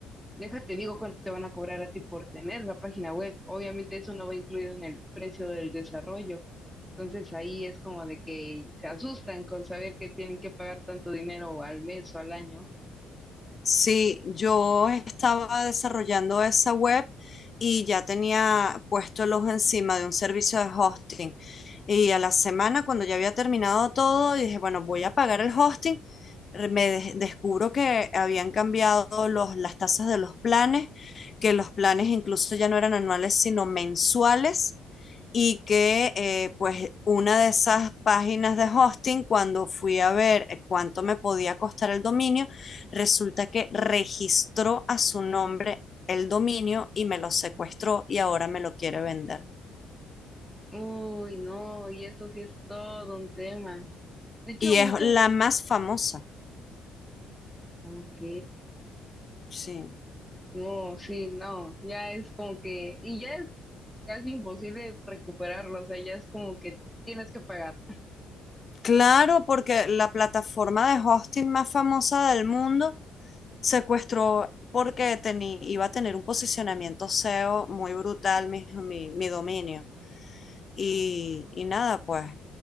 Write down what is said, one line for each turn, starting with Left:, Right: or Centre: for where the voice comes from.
Centre: déjate, digo cuánto te van a cobrar a ti por tener la página web. Obviamente eso no va incluido en el precio del desarrollo. Entonces ahí es como de que se asustan con saber que tienen que pagar tanto dinero al mes o al año.
Left: Sí, yo estaba desarrollando esa web y ya tenía puesto el ojo encima de un servicio de hosting. Y a la semana, cuando ya había terminado todo, dije, bueno, voy a pagar el hosting. Re- Me des- descubro que habían cambiado los, las tasas de los planes, que los planes incluso ya no eran anuales, sino mensuales. Y que eh, pues una de esas páginas de hosting, cuando fui a ver eh, cuánto me podía costar el dominio, resulta que registró a su nombre el dominio y me lo secuestró y ahora me lo quiere vender.
Centre: Uy, no, y eso sí es todo un tema. De hecho,
Left: Y
Centre: muchos,
Left: es la más famosa,
Centre: ok,
Left: sí.
Centre: no, sí, no, ya es como que, y ya casi imposible recuperarlo, o sea, ya es como que tienes que pagar.
Left: Claro, porque la plataforma de hosting más famosa del mundo secuestró porque tenía, iba a tener un posicionamiento SEO muy brutal mi, mi, mi dominio. Y, y nada, pues